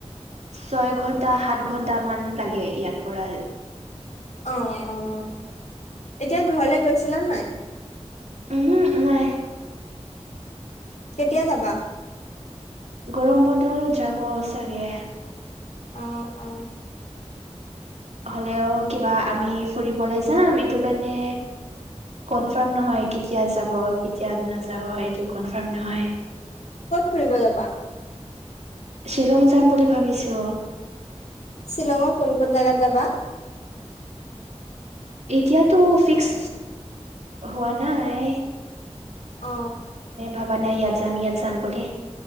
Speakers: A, on the right; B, on the left.
A: ছয় ঘন্টা সাত ঘন্টামান লাগে ইয়াৰ পৰা।
B: অ', অ, এতিয়া ঘৰলে গৈছিলা নে নাই?
A: ওহো নাই।
B: কেতিয়া যাবা
A: গৰম বন্ধ হল যাব চাগে
B: আহ অ
A: হ'লেও কিবা আমি ফুৰিবলৈ যাম এইটো কাৰণে কনফাৰম নহয় কেতিয়া যাব কেয়া নাযাব এইটো কনফাৰ্ম নহয়
B: ক'ত ফুৰিব যাবা
A: শ্বিলং যাম বুলি ভাবিছো
B: শ্বিলঙৰ কোন কোন জাগাত যাবা
A: এতিয়াতো ফিক্স হোৱা নাই
B: অ
A: ভাবা নাই ইয়াত যাম ইয়াত যাম বুলি